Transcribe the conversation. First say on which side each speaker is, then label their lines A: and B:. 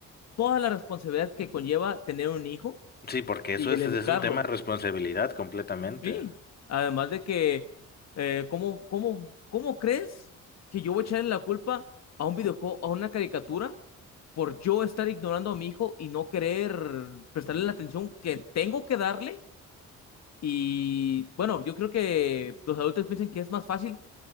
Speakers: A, on the left (about 60°); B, on the left (about 30°).
A: toda la responsabilidad que conlleva tener un hijo
B: Sí, porque eso
A: y
B: es,
A: el educarlo.
B: es un tema de responsabilidad completamente.
A: Sí, además de que, eh, ¿cómo, cómo, cómo crees que yo voy a echarle la culpa a un videojuego, a una caricatura, por yo estar ignorando a mi hijo y no querer prestarle la atención que tengo que darle? Y bueno, yo creo que los adultos piensan que es más fácil